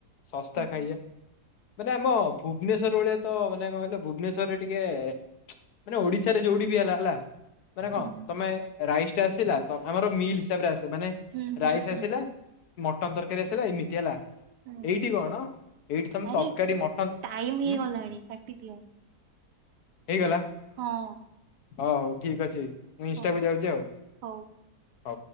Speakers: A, on the left; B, on the right.
A: ଶସ୍ତା
B: ହୁଁ ହୁଁ
A: ଖାଇଆ ମାନେ ଆମ ଭୁବନେଶ୍ଵର ଭଳିଆ ତ ମାନେ କଣ କହିଲ ଭୁବନେଶ୍ଵରରେ ଟିକେ ମାନେ ଓଡିଶାରେ ଯୋଉଠି ବି ହେଲା ହେଲା ମାନେ କଣ
B: ହୁଁ
A: ତମେ ରାଇସ୍ ଟା ଆସିଲା ଆମର ମିଲ୍ ହିସାବରେ ଆସ ମାନେ
B: ହୁଁ ହୁଁ
A: ରାଇସ୍
B: ହୁଁ
A: ଆସିଲା। ମଟନ ତରକାରୀ ଆସିଲା ଏମିତି ହେଲା।
B: ହୁଁ
A: ଏଇଠି କଣ ଏଇଠି ତମେ
B: ଆରେ
A: ତରକାରୀ ମଟନ
B: ଟାଇମ ହେଇଗଲାଣି
A: ଉ
B: କାଟିଦିଅ
A: ହେଇଗଲା।
B: ହଁ।
A: ଅ ହଉ ଠିକ୍ ଅଛି ମୁଁ ଇନଷ୍ଟାକୁ
B: ହଉ
A: ଯାଉଛି ଆଉ।
B: ହଉ।
A: ହଉ।